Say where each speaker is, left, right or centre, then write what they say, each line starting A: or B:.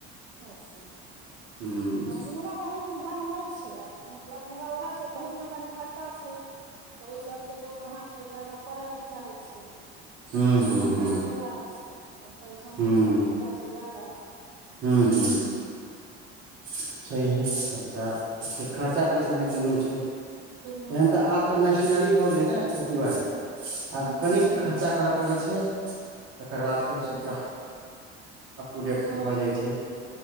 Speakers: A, on the right; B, on the right.
A: अच्छा!
B: हुँ
A: हँ इम्हर गहूममे धान होइ छै, मतलब मगर उएह छै, गहूँममे कनी खर्चा छै। ओहि चलते लोक अहाँके जादा कर नै चाहैत छै।
B: हुँ हुँ
A: आ
B: हुँ
A: से बात छै। परेशानी
B: हुँ
A: छै, खर्चा छै जादा।
B: हुँ हुँ छैहे खर्चा। खर्चा परेशानी दुनू छै एहन
A: दुनू छै
B: तऽ आब त मेशनरि भऽ गेलै ने खेती बारी आब
A: हूँ
B: कणिक
A: हूँ
B: खर्चा कर पड़ै छै तकर बाद फेर सभटा
A: हूँ
B: अप टू डेट
A: हँ
B: भऽ जाइ छै